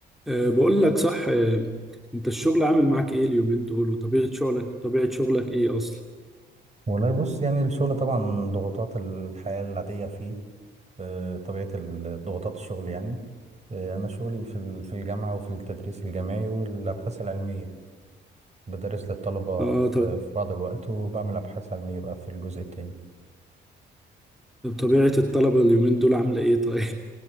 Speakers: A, in the centre; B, on the right (about 35°).
A: أه بقول لك صح أه انت الشغل عامل معاك ايه اليومين دول وطبيعة شغلك طبيعة شغلك ايه اصلا
B: والله بص يعني الشغل طبعا ضغوطات الحياة العادية فيه آه، طبيعة ال- ضغوطات الشغل يعني آه، أنا شغلي في ال- في الجامعة وفي التدريس الجامعي والأبحاث العلمية بدرس للطلبة
A: اه
B: في
A: طب
B: في بعض الوقت وبعمل أبحاث علمية بقى في الجزء التاني
A: طب طبيعة الطلبة اليومين دول عاملة ايه طيب